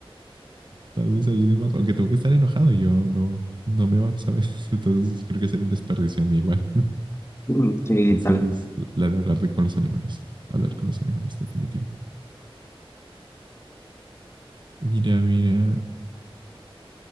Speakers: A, on the right (about 50°); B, on the left (about 25°).
A: tal vez ayude más. Aunque tengo que estar enojado y yo no, no me va, ¿sabes? <laughs> Entonces creo que sería un desperdicio en mí igual.
B: Mm, Sí,
A: Entonces,
B: tal.
A: la de hablar de- con los animales. Hablar con los animales, definitivo. Mira, mira.